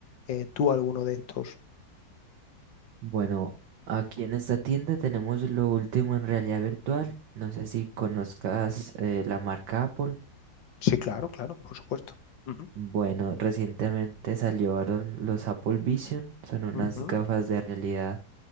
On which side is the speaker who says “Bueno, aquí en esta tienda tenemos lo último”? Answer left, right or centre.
Right